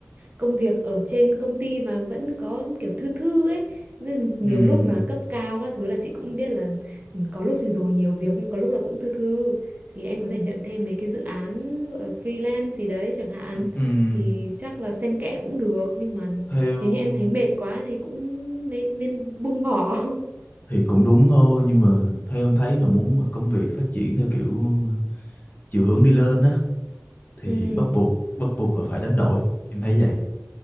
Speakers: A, on the right; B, on the left.
A: công việc ở trên công ty mà vẫn có kiểu thư thư ấy, nên nhiều
B: Ừm,
A: lúc mà cấp cao các thứ là chị cũng biết là ừ, có lúc thì dồn nhiều việc nhưng có lúc là cũng thư thư thì em có thể nhận thêm mấy cái dự án gọi là freelance gì đấy chẳng hạn
B: ừm,
A: thì chắc là xen kẽ cũng được nhưng mà
B: theo
A: nếu như em thấy mệt quá thì cũng nên nên buông bỏ. <laughs>
B: thì cũng đúng thôi nhưng mà theo em thấy mà muốn mà công việc phát triển theo kiểu chiều hướng đi lên á thì
A: Ừ.
B: bắt buộc bắt buộc là phải đánh đổi em thấy vậy